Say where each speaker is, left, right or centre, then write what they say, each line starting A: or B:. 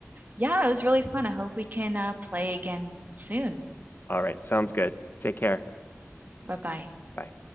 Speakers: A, on the right; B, on the left.
A: Yeah, it was really fun. I hope we can uh, play again soon.
B: All right. Sounds good. Take care.
A: Bye-bye.
B: Bye.